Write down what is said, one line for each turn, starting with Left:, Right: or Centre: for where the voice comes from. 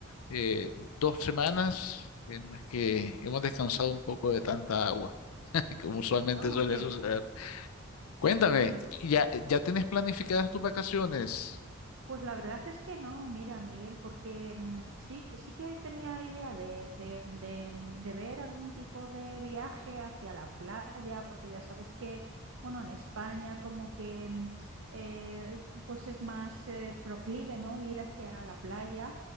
Left: eh, dos semanas en las que hemos descansado un poco de tanta agua, <laughs> como
Right: bueno,
Left: usualmente suele
Right: qué,
Left: suceder. Cuéntame,
Right: qué bien.
Left: ¿ya, ya tienes planificadas tus vacaciones?
Right: Pues la verdad es que no, mira, Miguel, porque mm, sí, que sí que tenía idea de, de- de, mm, de ver algún tipo de viaje hacia la playa, porque ya sabes que, bueno, en España como que mm, eh, pues es más eh, proclive, ¿no? Ir hacia la playa,